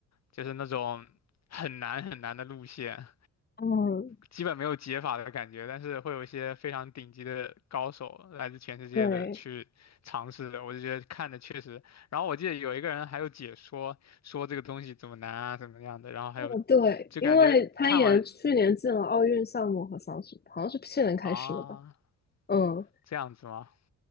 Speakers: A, on the left; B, on the left.
A: 就是那种很难很难的路线，
B: 嗯，
A: 基本没有解法的感觉，但是会有一些非常顶级的高手来自全世界的去尝试的，
B: 对，
A: 我就觉得看的确实。然后我记得有一个人还有解说，说这个东西怎么难啊，怎么样的，然后还有
B: 哦，对，
A: 就感觉看完
B: 因为攀岩去年进了奥运项目和像是好像是去年开始的吧？
A: 啊
B: 嗯，
A: 这样子吗？